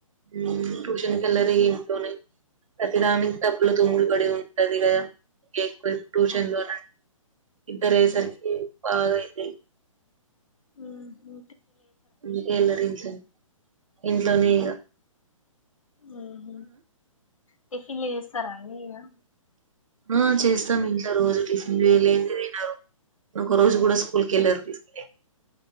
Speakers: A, on the right; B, on the left.
A: వీళ్లు ట్యూషన్ కి వెళ్లారు ఇగ్ ఇంట్లోనే. ప్రతిదానికి డబ్బుల్
B: అవునా
A: తోమ్ముడుబడి ఉం అది గాద్ ఇంక్ ఎక్కువ ట్యూషన్ లోన ఇద్దరేయ్ సరికి బాగా అయిది.
B: ఉహ్ హు
A: మీ ఏళ్ళుడ్ ఇంట్లనే ఇంట్లోనే ఇగ
B: ఆహ టిఫిన్లు చేస్తారా మీర్ గా
A: ఆ చేస్తాం ఇంట్లో రోజు టిఫిన్లేంది తినరు. ఒక రోజు గూడా స్కూల్ కెళ్ళారు. టిఫిన్ లేం